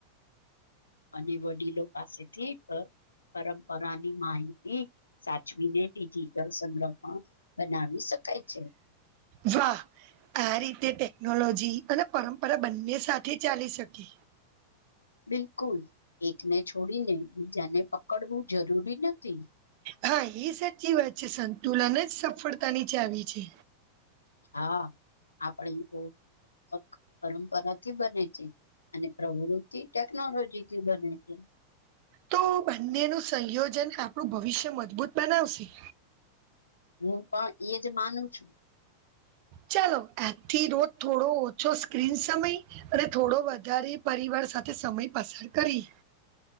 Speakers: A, on the left; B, on the right.
A: અને વડીલો પાસેથી પ-પરંપરાની માહિતી. સાચવીને ડિજિટલ સંગ્રહ પણ બનાવી શકાય છે.
B: વાહ! આ રીતે ટેકનોલોજી અને પરંપરા બંને સાથે ચાલી શકે.
A: બિલકુલ એકને છોડીને બીજાને પકડવું જરૂરી નથી.
B: હા એ સાચી વાત છે સંતુલન જ સફળતા ની ચાવી છે.
A: હા આપણી તો હક પરંપરા થી બને છે અને પ્રવૃત્તિ ટેકનોલોજી થી બને છે.
B: તો બંનેનું સંયોજન આપણું ભવિષ્ય મજબૂત બનાવશે.
A: હું પણ એજ માનું છું.
B: ચલો આજ થી રોજ થોડો ઓછો સ્ક્રીન સમય. અને થોડો વધારે પરિવાર સાથે સમય પસાર કરી,